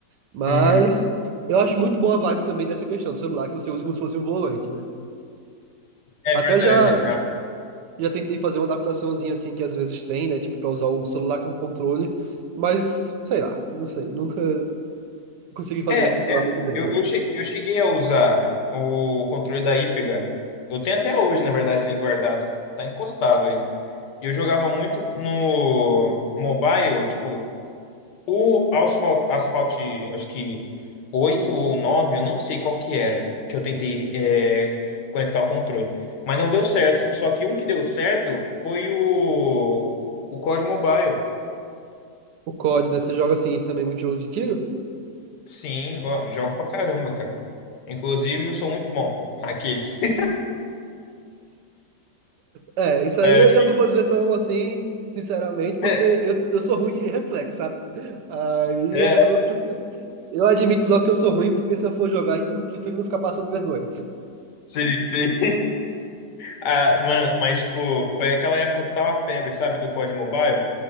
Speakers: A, on the right; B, on the left.
A: Mas
B: Uhum.
A: eu acho muito boa a vibe também dessa questão do celular que você usa como se fosse um volante, né?
B: É
A: Até
B: verdade.
A: já já tentei fazer uma adaptaçãozinha assim que às vezes tem, né? Tipo, pra usar o celular como controle, mas sei lá, não sei, nunca consegui fazer
B: É,
A: funcionar
B: é.
A: muito bem,
B: Eu,
A: né?
B: eu, che- eu cheguei a usar o controle da Ípega. Eu tenho até hoje, na verdade, ele guardado. Tá encostado ele. E eu jogava muito no mobile, tipo, O Asphalt, Asphalt, acho que 8 ou 9 eu não sei qual que era, que eu tentei é, conectar o controle. Mas não deu certo. Só que um que deu certo foi o, o COD Mobile.
A: O COD, né? Você joga assim também muito jogo de tiro?
B: Sim, ó, jogo pra caramba, cara. Inclusive, eu sou muito bom. Aqueles. <laughs>
A: É, isso aí
B: É,
A: eu já não vou dizer tão assim, sinceramente, porque
B: é,
A: eu, eu sou ruim de reflexo, sabe? Aí
B: é,
A: eu Eu admito logo que eu sou ruim, porque se eu for jogar, eu não- prefiro não ficar passando vergonha.
B: sim, sim. <laughs> Ah, mano, mas, tipo, foi aquela época que tava a febre, sabe, do COD Mobile.